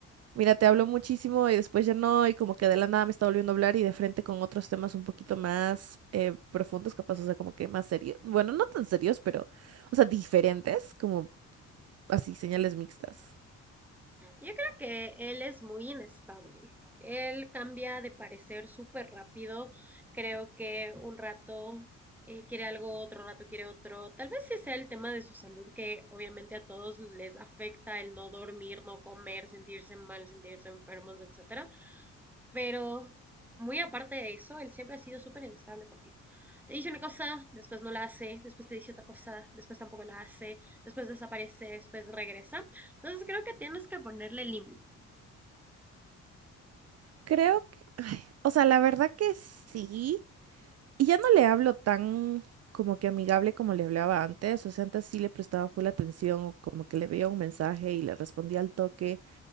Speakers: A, on the right (about 55°); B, in the centre.
A: Mira, te hablo muchísimo y después ya no, y como que de la nada me está volviendo a hablar y de frente con otros temas un poquito más eh, profundos, capaz, o sea, como que más serios. Bueno, no tan serios, pero, o sea, diferentes, como así, señales mixtas.
B: Yo creo que él es muy inestable. Él cambia de parecer súper rápido. Creo que un rato eh, quiere algo, otro rato quiere otro. Tal vez sí sea el tema de su salud que obviamente a todos les afecta el no dormir, no comer, sentirse mal, sentirse enfermos, etcétera. Pero muy aparte de eso, él siempre ha sido súper inestable contigo. Te dice una cosa, después no la hace, después te dice otra cosa, después tampoco la hace, después desaparece, después regresa. Entonces creo que tienes que ponerle límite.
A: Creo que, ay, o sea, la verdad que sí. Y ya no le hablo tan como que amigable como le hablaba antes, o sea, antes sí le prestaba full atención, o como que le veía un mensaje y le respondía al toque.